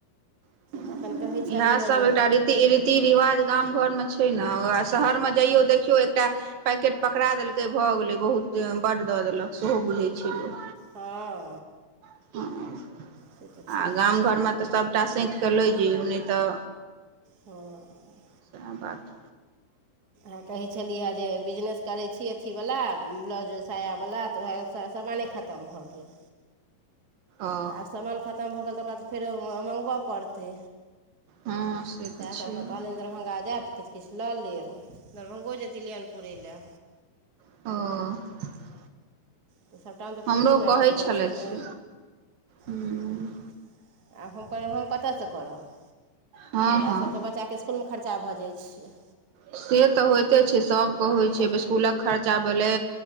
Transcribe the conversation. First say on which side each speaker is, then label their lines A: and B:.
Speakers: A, on the right (about 65°); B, on the right (about 30°).
A: <inaudible>
B: तखन कहै छलीहे
A: इएह सब
B: जे
A: एकटा रीत रीति-रिवाज गाम-घरमे छै ने वैह शहरमे जाइयो देखिय। केओ एकटा पैकेट पकड़ा देलकै, भऽ गेलै। बहुत बड़ देलक सेहो बुझै छै लोक।
B: हँ
A: <inaudible>
B: से तऽ
A: आ
B: छैहे
A: गाम घरमे तऽ सब सबटा सैत कऽ लै जे ओ नहि तऽ
B: हँ
A: <unintelligible>
B: आ कहै छलियै हे जे बिजनेस करैत छी अथीवला ब्लाउज-साया वाला तऽ उएह सामान खत्म। खतम भऽ गेल
A: ओ
B: तऽ आब सामान खतम भऽ गेल, तऽ ओकरा तऽ फेरो मंगब पड़तै।
A: हँ से
B: सएह
A: तऽ छै
B: सभके कहलनि दरभंगा जायब तऽ किछ किछ लऽ लेब दरभंगो जेती ल अनपुरै लए
A: <unintelligible>
B: तऽ सभटामे तऽ
A: हमरो
B: पूँजी मैर
A: कहै
B: कऽ
A: छलथि
B: जाइ छै ने
A: हूँ
B: <inaudible> आब हम कह हम कतऽसँ करब
A: हँ
B: पैसा
A: हँ
B: तऽ बच्चाके स्कूल में खर्चा भऽ जाइ छै
A: से तऽ होइते छै सभके होइ
B: तऽ
A: छै स्कूल खर्चा भैले